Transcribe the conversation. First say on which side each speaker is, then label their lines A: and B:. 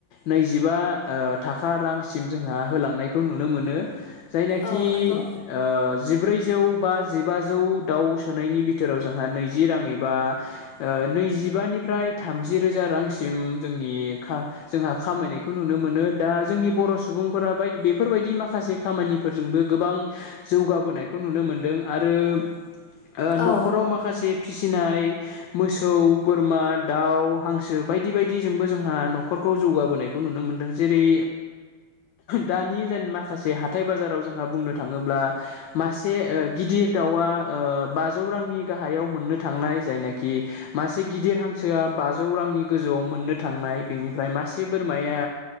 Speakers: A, on the left (about 75°); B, on the left (about 60°).
A: नैजिबा थाखा रां सिम जोंहा होलांनायखौ नुनो मोनो जायनाखि
B: औ नंगौ
A: ओ जिब्रैजौ बा जिबौ दाउ सोनायनि बिथोराव जोंहा नैजि राङै बा नैजिबानि निफ्राय थामजि रोजा रांसिम जोंनि खा जोंहा खामनायखौ नुनो मोन दा जोंनि बर सुबुंफोरा बाय बेफोरबायदि माखासे खामानिफोरजोंबो गोबां जौगाबोनायखौ नुनो मोनदों आरो ओ नखराव
B: औ
A: माखासे फिसिनाय मोसौ बोरमा दाउ हांसो बायदि बायदिजोंबो जोंहा नखर जौगाबोनायखौ नुनो मोनदों जेरै दानि जेन माखासे हाथाय बाजाराव जोंहा बुंनो थाङोब्ला मासे ओ गिदिर दाउआ बाजौ रांनि गाहायाव मोननो थांनाय जायनाखि मासे गिदिर हां सोआ बाजौ रांनि गोजौआव मोननो थांनाय बेनिफ्राय मासे बोरमाया